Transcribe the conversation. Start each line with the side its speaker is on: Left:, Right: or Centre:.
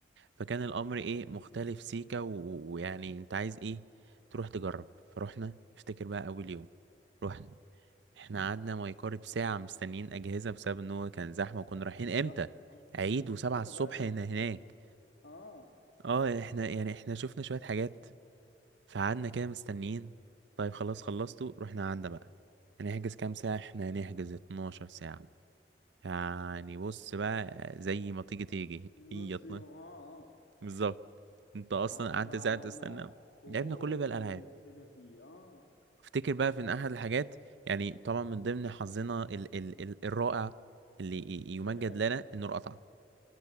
Right: فكان الامر ايه مختلف سيكا و- ويعني انت عايز ايه تروح تجرب فروحنا افتكر بقى اول يوم رحنا احنا قعدنا ما يقارب ساعة مستنيين أجهزة بسبب إن هو كان زحمة وكنا رايحين إمتى؟
Left: زحمه اه
Right: عيد وسبعة
Left: الصبح
Right: الصبح
Left: بدري
Right: هنا هناك
Left: اه
Right: اه احنا يعني احنا شفنا شوية حاجات فقعدنا كده مستنيين طيب خلاص خلصتوا رحنا قعدنا بقى هنحجز كام ساعة احنا هنحجز 12 ساعة يعني بص بقى زي ما تيجي تيجي
Left: نص
Right: هي 12
Left: يوم اه اه
Right: بالظبط انت اصلا
Left: قعدنا
Right: قعدت
Left: بقى
Right: ساعة
Left: عملنا
Right: تستنى
Left: كل
Right: لعبنا كل بقى الألعاب
Left: اللي نفسنا فيه اه
Right: افتكر بقى في إن احد الحاجات يعني طبعا من ضمن حظنا ال ال ال الرائع اللي ي-
Left: <laughs>
Right: يمجد لنا انه اتقطع